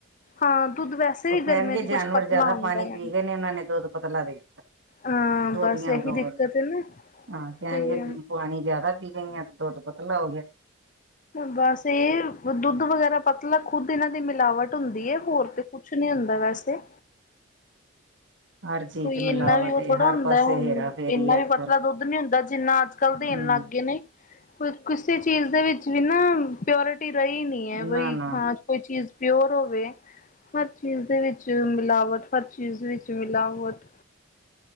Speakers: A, on the left; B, on the right.
A: ਹਾਂ ਦੁੱਧ ਵੈਸੇ
B: ਓ
A: ਵੀ
B: ਕੈਣਗੇ
A: ਗਰਮੀਆਂ ਚ
B: ਜਾਨਵਰ
A: ਕੁਛ ਪਤਲਾ
B: ਜਾਦਾ
A: ਆਉਂਦਾ
B: ਪਾਣੀ
A: ਹੈ।
B: ਪੀ ਗੇ ਨੇ, ਓਨਾਂ ਨੇ ਦੁੱਧ ਪਤਲਾ ਦੇ
A: ਹਾਂ
B: ਦੋਧੀਆਂ
A: ਬਸ ਇਹੀ
B: ਨੂੰ ਦੋਰ
A: ਦਿੱਕਤ ਹੈ ਨਾ
B: ਹਾਂ ਕੈਣਗੇ
A: ਤੇ
B: ਪਾਣੀ ਜਾਦਾ ਪੀ ਗਈਆਂ ਤੇ ਦੁੱਧ ਪਤਲਾ ਹੋ ਗਿਆ।
A: ਬਸ ਏ ਦੁੱਧ ਵਗੈਰਾ ਪਤਲਾ ਖੁੱਦ ਏਨਾਂ ਦੀ ਮਿਲਾਵਟ ਹੁੰਦੀ ਏ। ਹੋਰ ਤੇ ਕੁਛ ਕੁਛ ਨੀ ਹੁੰਦਾ ਵੈਸੇ
B: ਹਰ ਚੀਜ਼
A: ਕੋਈ
B: ਚ ਮਿਲਾਵਟ
A: ਏਨਾ ਵੀ ਓ
B: ਏ
A: ਥੋੜਾ
B: ਹਰ
A: ਹੁੰਦਾ
B: ਪਾਸੇ
A: ਹੁਣ
B: ਹੇਰਾ ਫੇਰੀ
A: ਏਨਾ
B: ਏ ਅੱਜ
A: ਵੀ ਪਤਲਾ
B: ਕੱਲ
A: ਦੁੱਧ ਨੀ ਹੁੰਦਾ। ਜਿੰਨਾ ਅੱਜ ਕੱਲ ਦੇਣ
B: ਹੂੰ
A: ਲੱਗ ਗੇ ਨੇ। ਕਿਸੇ ਚੀਜ਼ ਦੇ ਵਿੱਚ ਵੀ ਨਾ ਪਿਓਰਟੀ ਰ‌ਈ ਨੀ ਐ ਬਈ
B: ਨਾ ਨਾ
A: ਕੋਈ ਚੀਜ਼ ਪਿਓਰ ਹੋਵੇ। ਹਰ ਚੀਜ਼ ਦੇ ਵਿੱਚ ਮਿਲਾਵਟ-ਹਰ ਚੀਜ਼ ਵਿੱਚ ਮਿਲਾਵਟ।